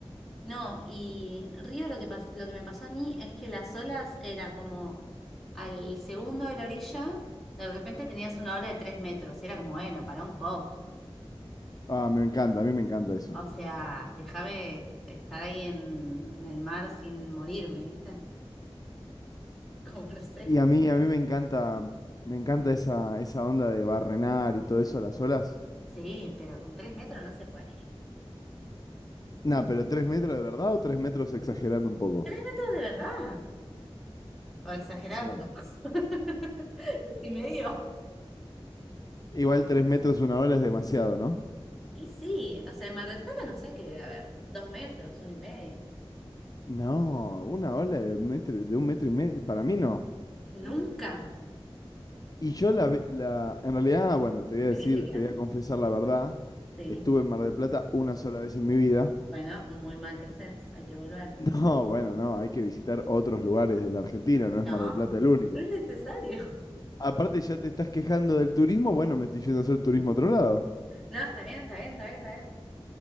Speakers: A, in the centre; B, on the left (about 40°).
A: No, y Río lo que pas- lo que me pasó a mí es que las olas era como al segundo de la orilla, de repente tenías una ola de tres metros. Y era como, bueno, para un poco.
B: Ah, me encanta, a mí me encanta eso.
A: O sea, déjame estar ahí en el mar sin morirme, ¿viste? <laughs> Como no sé.
B: Y a mí, a mí me encanta, me encanta esa, esa onda de barrenar y todo eso a las olas.
A: Sí, pero con tres metros no se puede.
B: Nah, pero tres metros de verdad o tres metros exagerando un poco.
A: Esto es de verdad. O exagerando.
B: Y bueno,
A: <laughs> Decimedio.
B: Igual tres metros una ola es demasiado, ¿no?
A: Y sí, o sea, en Mar del Plata no sé qué debe haber. Dos metros, uno y medio.
B: No, una ola de, metro- de un metro y medio, para mí no.
A: Nunca.
B: Y yo la, ve- la, en realidad, bueno, te voy a decir,
A: Aquí se queda.
B: te voy a confesar la verdad,
A: Sí.
B: estuve en Mar del Plata una sola vez en mi vida.
A: Bueno, muy mal que haces, hay que volver.
B: No, bueno, no, hay que visitar otros lugares de la Argentina, no es
A: No,
B: Mar del Plata el único.
A: no es necesario.
B: Aparte ya te estás quejando del turismo, bueno, me estoy yendo a hacer turismo a otro lado.
A: No, está bien, está bien, está bien, está bien.